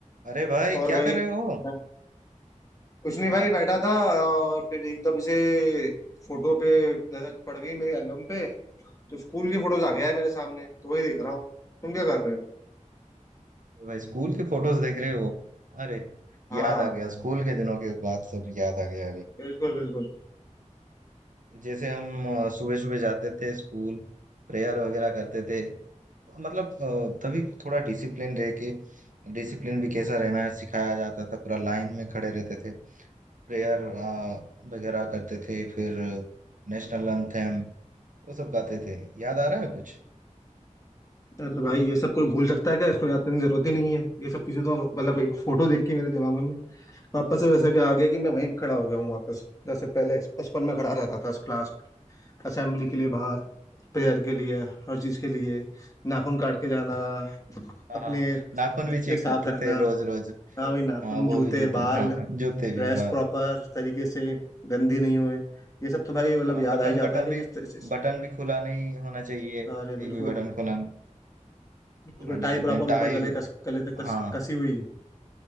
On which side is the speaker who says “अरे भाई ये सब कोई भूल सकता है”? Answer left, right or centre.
Left